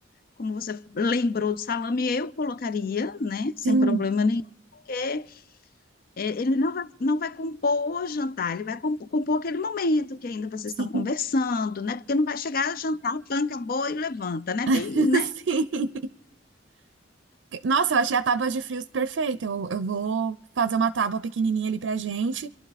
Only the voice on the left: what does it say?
como você lembrou do salame, eu colocaria, né, sem
problema nenhum, porque é, Ele não vai, não vai compor o jantar, ele vai com- compor aquele momento que ainda vocês
estão conversando, né? Porque não vai chegar, jantar, tanca, boa e levanta, né?
Tem, né?